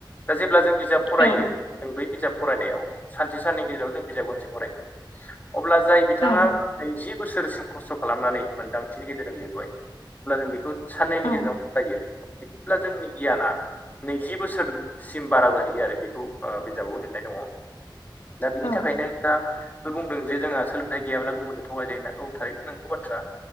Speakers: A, on the left (about 20°); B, on the left (about 85°).
A: दा जेब्ला जों बिजाब फरायो
B: औ
A: जों बै बिजाब फरायनायाव सानसे साननि गेजेराव जों बिजाब गंसे फरायगोन। अब्ला जाय बिथाङा
B: औ
A: नैजि बोसोरसिम खस्थ' खालामनानै मोनदांथिनि गेजेरजों लिरबाय अब्ला जों बेखौ साननैनि
B: औ
A: गेजेरावनो फरायो। अब्ला जोंनि गियाना नैजि बोसोरसिम बारा जाहैयो आरो बेखौ ओ बिजाबाव लिरनाय दङ। दा बिनि
B: औ
A: थाखायनो दा बुंदों जे जोंहा सोलोंथाइ गैयाब्ला गुबुनजों थगाय जायो होनना औ थारै नंगौ बाथ्रा।